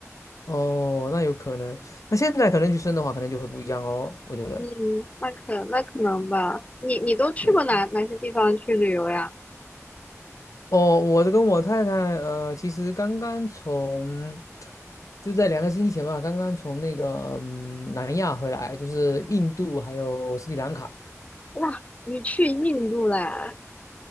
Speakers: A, on the left; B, on the left.
A: 哦，那有可能。那现在可能去申的话，可能就会不一样哦，我觉得。
B: 嗯，那可那可能吧。你你都去过哪哪些地方去旅游呀？
A: 对。哦，我跟我太太，呃，其实刚刚从就在两个星期前吧，刚刚从那个嗯南亚回来，就是印度还有斯里兰卡。
B: 哇，你去印度了，